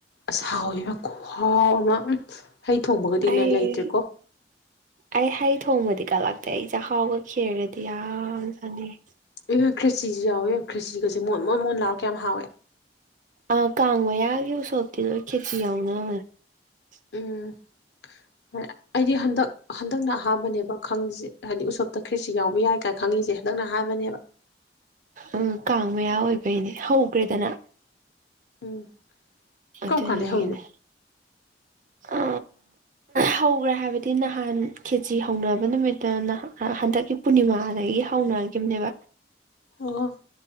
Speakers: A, on the left (about 70°); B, on the right (about 45°).
A: ꯑꯁꯥꯎꯅ ꯈꯨꯍꯥꯎ ꯑꯃ ꯍꯩ ꯊꯣꯡꯕꯒꯗꯤꯅꯦ
B: ꯑꯩ
A: ꯂꯩꯇ꯭ꯔꯦꯀꯣ
B: ꯑꯩ ꯍꯩ ꯊꯣꯡꯕꯗꯤ ꯀꯠꯂꯛꯇꯦ ꯑꯩ ꯆꯥꯛꯍꯥꯎꯒ ꯈꯦꯔꯒꯗꯤ ꯌꯥꯝ ꯆꯥꯅꯤꯡꯉꯤ
A: ꯑꯗꯨꯒꯥ ꯈ꯭ꯔꯤꯆꯤꯁꯨ ꯌꯥꯎꯋꯦ ꯈ꯭ꯔꯤꯆꯤꯒꯁꯦ ꯃꯣꯟ ꯃꯣꯟ ꯃꯣꯟ ꯂꯥꯎꯔ ꯀꯌꯥꯝ ꯍꯥꯎꯋꯦ
B: ꯑꯥ ꯀꯥꯡ ꯃꯌꯥꯒꯤ ꯎꯁꯣꯞꯇꯤ ꯂꯣꯏ ꯈꯦꯆꯤ ꯌꯥꯎꯅꯕꯅꯦ <unintelligible>
A: ꯎꯝ <unintelligible> ꯑꯩꯗꯤ ꯍꯟꯗꯛ ꯍꯟꯗꯛꯅ ꯑꯍꯟꯕꯅꯦꯕ ꯈꯪꯉꯤꯁꯦ ꯍꯥꯏꯗꯤ ꯎꯁꯣꯞꯇ ꯈ꯭ꯔꯤꯔꯁꯤ ꯌꯥꯎꯕ ꯌꯥꯏ ꯀꯥꯏꯅ ꯈꯪꯉꯤꯁꯦ ꯍꯟꯗꯛꯅ ꯑꯍꯥꯟꯕꯅꯦꯕ
B: ꯎꯝ ꯀꯥꯡ ꯃꯌꯥ ꯑꯣꯏꯕꯩꯅꯦ ꯍꯧꯈ꯭ꯔꯦꯗꯅ
A: ꯎꯝ
B: ꯑꯗꯨꯅꯥꯅꯦ
A: ꯀꯔꯝ ꯀꯥꯟꯗꯩ ꯍꯧꯔꯤꯅꯣ
B: ꯑ ꯍꯧꯈ꯭ꯔꯦ ꯍꯥꯏꯕꯗꯤ ꯅꯍꯥꯟ ꯈꯦꯆꯤ ꯍꯧꯅꯕ ꯅꯨꯃꯤꯠꯇ ꯍꯟꯗꯛꯀꯤ ꯄꯨꯔꯅꯤꯃꯥꯗꯒꯤ ꯍꯧꯅꯈꯤꯕꯅꯦꯕ
A: ꯑꯣ